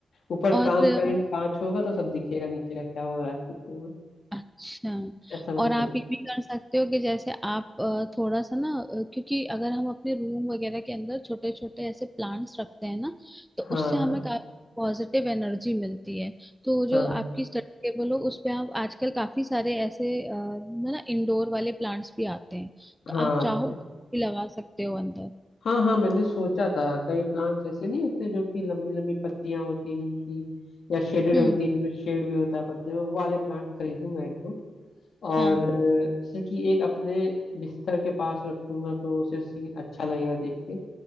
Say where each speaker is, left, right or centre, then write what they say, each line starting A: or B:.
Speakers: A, on the left (about 70°); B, in the centre.
A: ऊपर
B: और
A: ट्रांसपेरेंट
B: अ,
A: कांच होगा तो सब दिखेगा नीचे का क्या हो रहा है किचन में।
B: अच्छा
A: ऐसा मैंने
B: और आप
A: सोचा
B: ये भी कर सकते हो कि जैसे आप अ, थोड़ा सा ना अ, क्योंकि अगर हम अपने रूम वगैरह के अंदर छोटे छोटे ऐसे प्लांट्स रखते हैं ना तो
A: हाँ
B: उससे हमें काफी पॉजिटिव एनर्जी मिलती है तो जो
A: हाँ
B: आपकी स्टडी टेबल हो उस पे आप आजकल काफी सारे ऐसे अ, ना इंडोर वाले प्लांट्स भी आते हैं
A: हाँ
B: तो आप चाहो
A: ते-
B: तो भी लगा सकते हो अंदर
A: हाँ हाँ मैंने सोचा था कई प्लांट्स ऐसे नहीं होते जो कि लंबी लंबी पत्तियां होती हैं जिनकी या शेडेड
B: हम्म
A: होती है इनमें शेड भी होता है पत्ते में वो वाले प्लांट खरीदूंगा एक दो और
B: हाँ
A: जैसे कि एक अपने बिस्तर के पास रखूंगा तो उसे सीन अच्छा लगेगा देख के